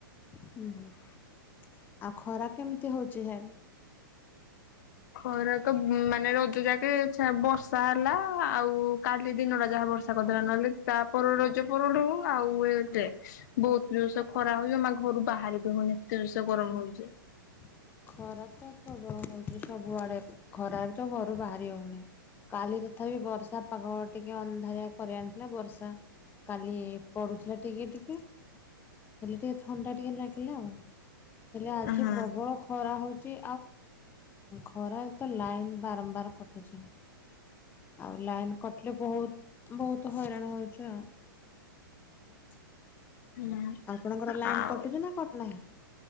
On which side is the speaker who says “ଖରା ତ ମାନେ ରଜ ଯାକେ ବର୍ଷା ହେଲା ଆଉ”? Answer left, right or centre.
Left